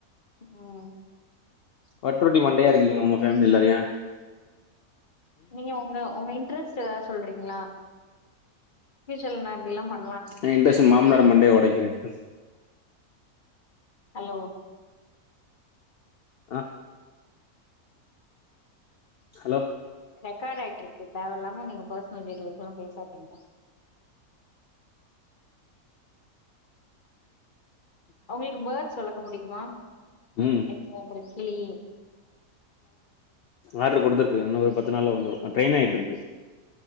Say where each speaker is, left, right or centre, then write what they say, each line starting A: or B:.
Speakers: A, on the left; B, on the left.
A: உம்
B: வட்ருட்டி மண்டையா இருக்கீங்க உங்க ஃபேமிலிலவ் ஏ
A: நீங்க ஒங்க ஒங்க இன்ட்ரெஸ்ட் எதாவ்து சொல்றீங் ங்ளா இப்ப சொல்லுங் நா இப்டிலா பண்
B: எ இன்ட்ரெஸு மாம்னார மண்டைய ஒடைக்கிறது ஸ்
A: ஹலோ
B: அஹ் ஹலோ
A: ரெக்கார்ட் ஆயிட்டு இருக்கு தேவயில்லாம நீங்க பேர்ஸ்னல் டீட்டெயில்ஸ்லா பேசாதீங்க அவ்ங்களுக்கு பர்த் சொல்லக்க புடிக்குமா
B: ம்
A: என்ட்ட வந்துரு கேயி
B: ஆட்ரு குடுத்துருக்கு இன்னு ஒரு பத்து நாள்ல வந்துரு ஆஹ் ட்ரெயினாய்ட்ருக்கு